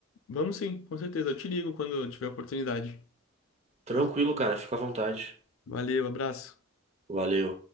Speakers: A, on the left (about 70°); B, on the right (about 30°).
A: Vamos sim, com certeza. Eu te ligo quando eu tiver oportunidade.
B: Tranquilo, cara. Fica à vontade.
A: Valeu, abraço.
B: Valeu.